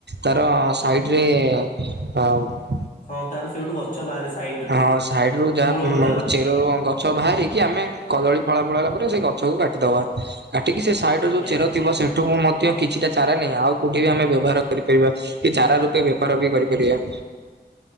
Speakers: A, on the right (about 70°); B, on the left (about 45°).
A: ତାର ସାଇଡ଼ରେ ଅଁ ଉଁ
B: ହଁ ତାର ସେଇଠୁ ଗଛ ବାହାରେ ସାଇଡ
A: ହଁ
B: ରୁ
A: ସାଇଡ଼ ରୁ ଯାହା
B: ମୂଳରୁ
A: ମଙ୍ଗ
B: ତାର
A: ଚେର ରୁ ଅଙ୍ଗ ଗଛ ବାହାରିକି ଆମେ କଦଳୀ ଫଳା ଫଳ ହେଲା ପରେ ସେ ଗଛକୁ କାଟିଦବା। କାଟିକି ସେ ସାଇଡ଼
B: ଆଜ୍ଞା
A: ର ଯୋଉ ଚେର ଥିବ ସେଠୁ ମଧ୍ୟ କିଛିଟା ଚାରା ନେଇ ଆଉ କଉଠି ବି ଆମେ ବ୍ୟବହାର କରିପାରିବା କି ଚାରା ରୂପେ ବେପାର ବି କରିପାରିବା।